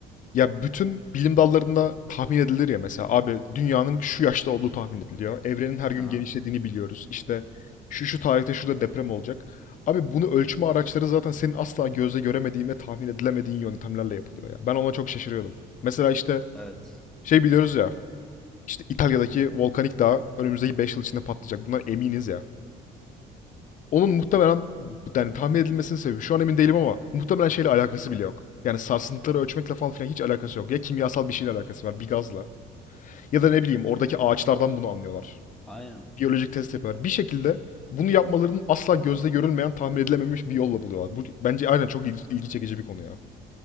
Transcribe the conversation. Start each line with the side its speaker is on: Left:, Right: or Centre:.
Left: Ya bütün bilim dallarında tahmin edilir ya mesela abi dünyanın şu yaşta olduğu tahmin ediliyor. Evrenin her gün
Centre: Aha,
Left: genişlediğini biliyoruz. İşte şu şu tarihte şurada deprem olacak. Abi bunu ölçme araçları zaten senin asla gözle göremediğin ve tahmin edilemediğin yöntemlerle yapılıyor ya. Ben ona çok şaşırıyordum. Mesela işte
Centre: evet.
Left: Şey biliyoruz ya. işte İtalya'daki volkanik dağ önümüzdeki 5 yıl içinde patlayacak. Bunlar eminiz ya. Onun muhtemelen yani tahmin edilmesinin sebebi şu an emin değilim ama muhtemelen şeyle alakası bile yok. Yani sarsıntıları ölçmekle falan filan hiç alakası yok. Ya kimyasal bir şeyle alakası var, bir gazla. Ya da ne bileyim oradaki ağaçlardan bunu anlıyorlar.
Centre: Aynen.
Left: Biyolojik test yapıyorlar. Bir şekilde bunu yapmalarının asla gözle görülmeyen, tahmin edilememiş bir yolla buluyorlar. Bu bence aynen çok ilgi, ilgi çekici bir konu ya.